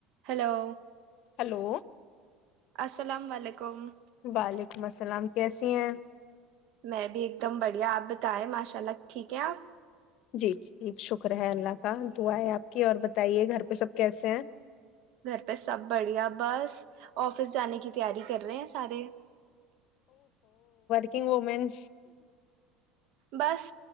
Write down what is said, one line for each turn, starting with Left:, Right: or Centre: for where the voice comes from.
Right: Hello
Left: hello
Right: السلام علیکم
Left: وعلیکم السلام کیسی ہیں
Right: میں بھی ایک دم بڑھیا آپ بتائیں ماشاء اللہ ٹھیک ہے آپ
Left: جی جی شکر ہے اللہ کا دعئے آپ کی اور بتائیے گھر پہ سب کیسے ہیں
Right: گھر پہ سب بڑھیا بس آفس جانے کی تیاری کر رہے ہیں سارے
Left: کنگ ومین
Right: بس